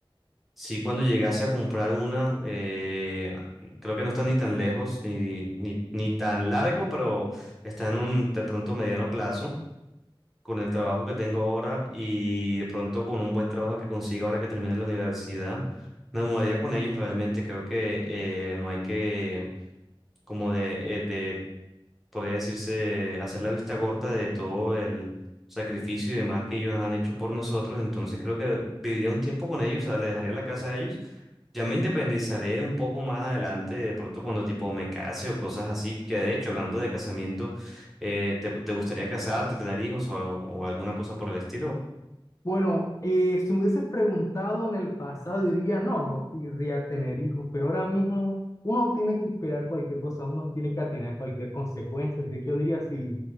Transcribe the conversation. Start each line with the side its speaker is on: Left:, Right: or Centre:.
Centre: sí cuando llegase a comprar una, eh, creo que no está ni tan lejos, ni, ni, ni tan largo, pero está en un de pronto mediano plazo con el trabajo que tengo ahora y de pronto con un buen trabajo que consiga ahora que termine la universidad. Me mudaría con ellos realmente, creo que eh, no hay que como de, eh, de podría decirse, hacer la vista corta de todo el sacrificio y demás que ellos han hecho por nosotros. Entonces creo que viviría un tiempo con ellos, o sea, le dejaría la casa a ellos. Ya me independizaré un poco más adelante, de pronto cuando tipo me case o cosas así, que de hecho, hablando de casamiento, eh, ¿te, te gustaría casarte, tener hijos o, o alguna cosa por el estilo?
Left: Bueno, eh, si me hubiese preguntado en el pasado, diría no, no querría tener hijos, pero ahora mismo uno tiene que esperar cualquier cosa, uno tiene que atener a cualquier consecuencia, así que yo diría si,